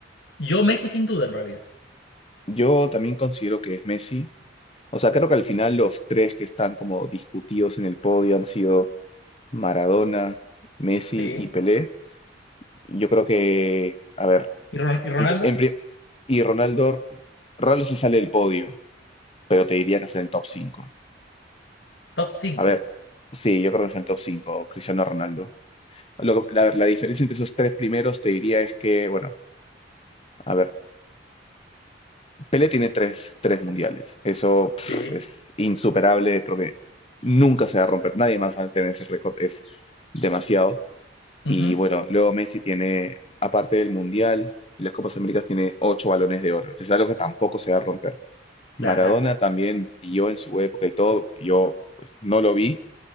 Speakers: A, on the left; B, on the left.
A: Yo Messi sin duda en realidad.
B: Yo también considero que es Messi. O sea, creo que al final los tres que están como discutidos en el podio han sido Maradona, Messi
A: Sí.
B: y Pelé. Yo creo que, a ver,
A: ¿Y, Ron- y Ronaldo?
B: en pri- en pri- y Ronaldo, Ronaldo se sale del podio, pero te diría que está en el top 5.
A: Top cinco,
B: A ver, sí, yo creo que está en el top 5, Cristiano Ronaldo. Lo que- a ver, la diferencia entre esos tres primeros te diría es que, bueno, a ver. Pelé tiene tres, tres mundiales. Eso pff,
A: Sí.
B: es insuperable. Creo que nunca se va a romper. Nadie más va a tener ese récord. Es demasiado.
A: Ujú,
B: Y bueno, luego Messi tiene, aparte del mundial, y las Copas Américas, tiene ocho balones de oro. Es algo que tampoco se va a romper.
A: Claro,
B: Maradona también yo en su época y todo. Yo pues, no lo vi.